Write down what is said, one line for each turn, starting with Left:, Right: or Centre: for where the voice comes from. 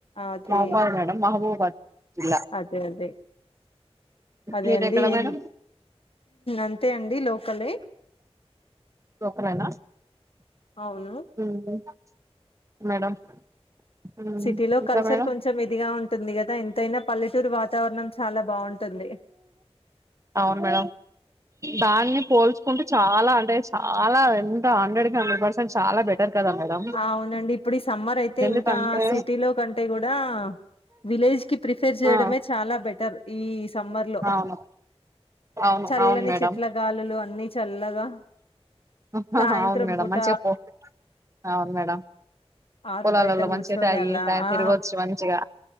Left: అదే
Right: మహబాద్ మేడం మహబూబాద్ జిల్లా
Left: అదే అదే అదే
Right: మీది
Left: అండి
Right: ఎక్కడ
Left: ఏం
Right: మేడం
Left: అంతే అండి లోకలే
Right: లోకాలేనా
Left: అవును
Right: ఉహు మేడం ఉమ్
Left: సిటీలో
Right: ఇంకా
Left: కల్చర్
Right: మేడం
Left: కొంచం ఇదిగా ఉంటుంది గదా ఎంతైనా పల్లెటూరు వాతావరణం చాలా బాగుంటుంది ఎ
Right: అవునా దానన్నే పోల్చుకుంటే చాలా అంటే చాలా ఎంత హండ్రెడ్ కి హండ్రెడ్ పర్సెంట్ చాలా బెటర్ కదా మేడం
Left: అవునండి ఇప్పుడు ఈ సమ్మర్ అయితే
Right: ఎందుకంటే
Left: ఇంకా సిటీ లో కంటే గుడా విలేజ్ కి ప్రిఫెర్ చేయడమే
Right: ఆ
Left: చాలా బెటర్ ఈ సమ్మర్ లో
Right: అవును అవును
Left: చల్లని
Right: అవును మేడం
Left: చెట్ల గాలులు అన్ని చల్లగా
Right: అహహ
Left: సాయంత్రం
Right: అవును మేడం
Left: పూట
Right: మంచిగా పో అ అవును మేడం
Left: ఆరు
Right: పొలాల్లలో
Left: బయట కూర్చొని
Right: మంచిగా తాగి
Left: అలా
Right: తాయి
Left: ఆ
Right: తిరగొచ్చు మంచిగా